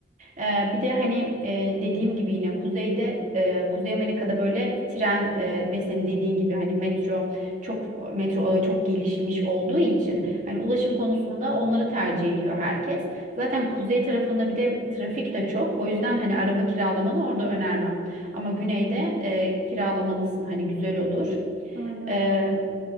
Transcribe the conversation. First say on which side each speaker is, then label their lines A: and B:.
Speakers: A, on the right (about 40°); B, on the right (about 60°).
A: E, bir de hani e, dediğim gibi yine kuzeyde e, Kuzey Amerika'da böyle tren e, ve senin dediğin gibi hani metro çok metro ağı çok gelişmiş olduğu için hani ulaşım konusunda onları tercih ediyor herkes. Zaten kuzey tarafında bir de trafik de çok. O yüzden
B: Hı
A: hani
B: hı.
A: araba kiralamanı orada önermem. Ama güneyde e, kiralamalısın hani güzel olur.
B: Aynen
A: E,
B: öyle.